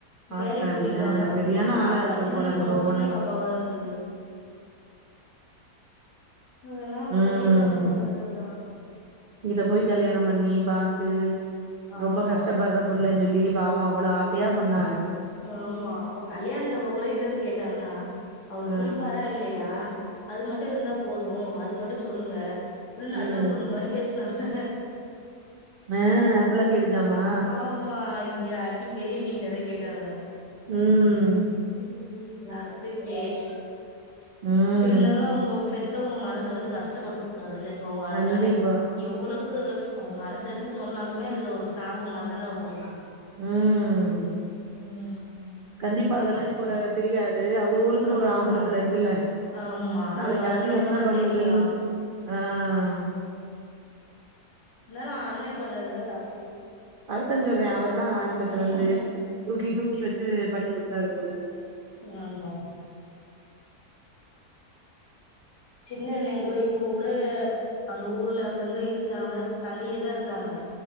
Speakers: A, on the right; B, on the left.
A: ஆத்தாடி
B: வேலைக் போயிட்ருக்காங்க
A: ஆ சரியான
B: பாப்பா
A: ஆளா இருக்கும்
B: சின்ன
A: போல இருக்கு
B: பொ
A: ஒவ்வொன்னையு
B: சின்ன பாப்பாவா இருந்துது அதெல்லா
A: ம்
B: பெரிய சண்ட பண்ணிர்கா
A: இத போய் கல்யாணம் பண்ணி பாத்து ரொம்ப
B: ஆமா
A: கஷ்டப்பற புள்ளஞ் சொல் லீவ் ஆவு அவ்வளோ ஆசையா பண்ணாக
B: ஆமா அப்ப கல்யாண்த்தப்ப கூட என்னத கேட்டாங்கன்னா அவரு
A: ஆ
B: குடிப்பாரா இல்லையா அது மட்டு இருந்தா போது அது மட்டு சொல்லுங்க ப்புன் நல்ல
A: ம்
B: பொண்ணு மாரி பேசுனாக
A: ஆ புள்ளங்கெடுச்சாமா
B: ஆமா இங்க அண்ணி பெரிய அண்ணி கிட்டதா கேட்டாங்க
A: ம்
B: ம் லாஸ்டைம் <unintelligible>
A: ம்
B: இருந்தாலு அவங்கோ பெத் த்தவங்க மனச வந்து கஷ்டபடுத்தக் கூடாதுல்ல போகு அதனால
A: கண்டிப்பா
B: எவ்ளோ க்கு அவங்க மனசரிஞ்சு சொன்னாலுமே அது ஒரு சாபம் மார்தானே அவங்ளுக்கு
A: ம்
B: ம்
A: கண்டிப்பா அதெல்லா இப்ப தெரியா து அவுவுளுக்குன்னு
B: ஆமா
A: ஒரு ஆம்பள பிள்ள இருக்குல்ல
B: ஆமா
A: நாளைக்கு
B: வளர்ந்த
A: அது
B: அப்புறோ
A: என்ன பண்ணுதுன்
B: தெரியு
A: ஆஹ்
B: ந்தாலு அண்ணெ பண்ணதுதா தப்பு
A: அதுத்தாஞ் சொல்றே அவரு தா ஆரம்பத்துலருந்து
B: ம்
A: தூக்கி தூக்கி வச் சு பண்ணி வுட்டாரு போல
B: ஆமா சின்ன அண்ணேங் கூட இவங்க கூட அங்க ஊர்ல அங்கங்க இருந்தாங்க தள்ளியேதா இருந்தாங்க